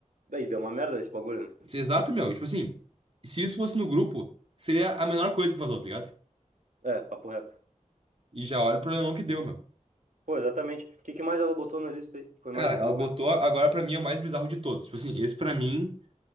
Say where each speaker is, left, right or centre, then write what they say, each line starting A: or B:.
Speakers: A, on the right (about 75°); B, on the right (about 45°).
A: daí deu uma merda esse bagulho, né?
B: Isso é Exato, meu. Tipo assim, se isso fosse no grupo, seria a menor coisa que vazou, tá ligado?
A: É, papo reto.
B: E já olha o problemão que deu, meu.
A: Pô, exatamente. O que que mais ela botou na lista aí? Foi
B: Cara,
A: mais esses
B: ela
A: bagulho?
B: botou, agora pra mim é o mais bizarro de todos. Tipo assim, esse pra mim